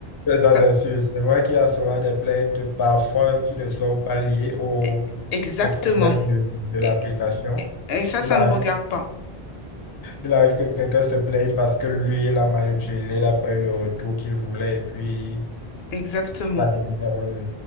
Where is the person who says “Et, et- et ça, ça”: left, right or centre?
Left